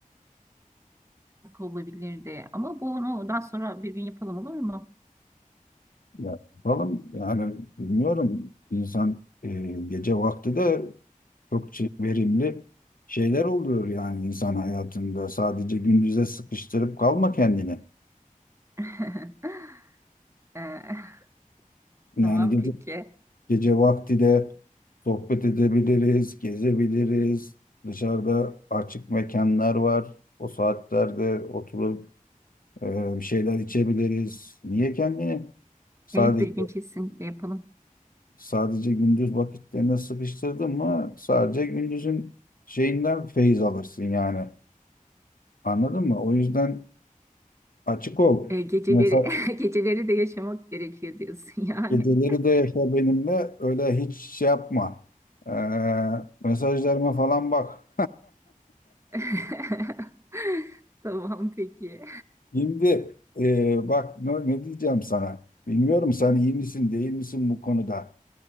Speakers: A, on the right (about 20°); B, on the left (about 80°).
A: olabilirdi. Ama bunu daha sonra bir gün yapalım olur mu?
B: Ya, falan yani bilmiyorum insan e, gece vakti de çok çe- verimli şeyler oluyor yani insan hayatında sadece gündüze sıkıştırıp kalma kendini.
A: <laughs> Ee, <laughs> tamam
B: Yani gece,
A: peki.
B: gece vakti de sohbet edebiliriz, gezebiliriz. Dışarıda açık mekanlar var. O saatlerde oturup Ee, bir şeyler içebiliriz. Niye kendini sadece
A: Evet bir gün kesinlikle yapalım.
B: sadece gündüz vakitlerine sıkıştırdın mı sadece gündüzün şeyinden feyiz alırsın yani. Anladın mı? O yüzden açık ol.
A: Ee, geceleri
B: Mesela
A: <laughs> geceleri de yaşamak gerekiyor diyorsun yani.
B: geceleri de yaşa benimle öyle hiç şey yapma. Ee, mesajlarıma falan bak.
A: <laughs> Tamam peki.
B: <laughs> Şimdi e, bak ne, ne diyeceğim sana. Bilmiyorum sen iyi misin değil misin bu konuda.